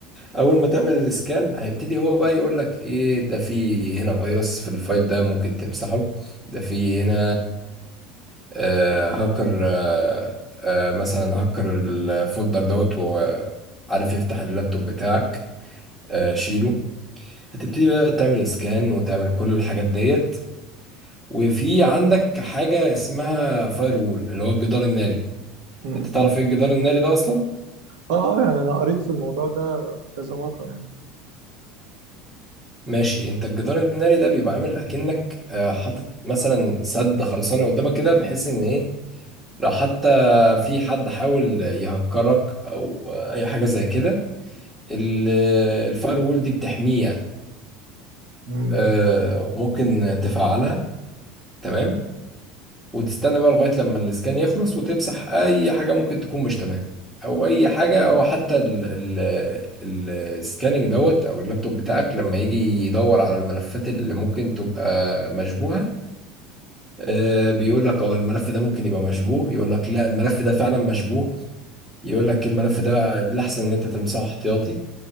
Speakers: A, in the centre; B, on the right (about 60°).
A: اول ما تعمل السكان هيبتدي هو بقى يقول لك ايه ده في هنا فيروس في الفايل ده ممكن تمسحه ده في هنا آه، هاكر آه، آه، مثلا هاكر الفولدر دوت وعارف يفتح اللابتوب بتاعك آه، شيله هتبتدي بقى تعمل سكان وتعمل كل الحاجات ديت وفي عندك حاجة اسمها فاير وول اللي هو الجدار الناري
B: مم.
A: انت تعرف
B: مم.
A: ايه الجدار الناري ده اصلا؟
B: اه اه يعني انا قريت في الموضوع ده كذا مرة يعني
A: ماشي انت الجدار الناري ده بيبقى عامل اكنك آه، حاطط مثلا سد خرساني قدامك كده بحيث ان ايه لو حتى في حد حاول يهكرك او آه، اي حاجة زي كده ال- الفاير وول دي بتحميه يعني
B: مم.
A: آه، ممكن تفعلها تمام وتستنى بقى لغاية لما الاسكان يخلص وتمسح أي حاجة ممكن تكون مش تمام أو أي حاجة أو حتى ال ال السكاننج دوت أو اللابتوب بتاعك لما يجي يدور على الملفات اللي ممكن تبقى مشبوهة آه بيقول لك أه الملف ده ممكن يبقى مشبوه يقول لك لا الملف ده فعلا مشبوه يقول لك الملف ده الأحسن إن أنت تمسحه احتياطي